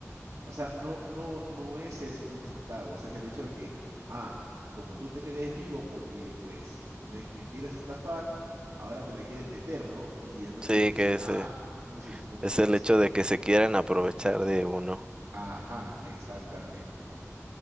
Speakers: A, on the right (about 80°); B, on the right (about 15°).
A: O sea, no, no, no es el 50 centavos, es el hecho de que, ah, como tú te crees vivo porque pues me, me quieres estafar, ahora me la quieres meter, ¿no? Y entonces
B: Sí,
A: él dice,
B: que es,
A: ah,
B: eh,
A: no sé, es como
B: es
A: que
B: el
A: está
B: hecho
A: loco.
B: de que se quieran aprovechar de uno.
A: Ajá, exactamente.